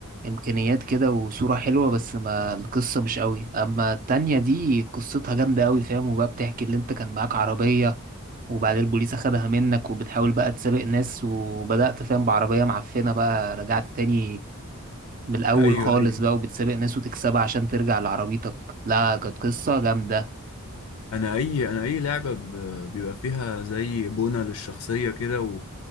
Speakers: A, on the right; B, on the left.
A: امكانيات كده وصوره حلوه بس ما القصه مش قوي اما التانية دي قصتها جامده قوي فاهم وبقى بتحكي اللي انت كان معاك عربيه وبعدين البوليس اخدها منك وبتحاول بقى تسابق ناس وبدأت فاهم بعربية معفنة بقى رجعت تاني من الأول
B: ايوه
A: خالص
B: ايوه
A: بقى وبتسابق ناس وتكسبها عشان ترجع لعربيتك لا كانت قصة جامدة
B: انا اي انا اي لعبه ب- بيبقى فيها زي بنى للشخصيه كده و...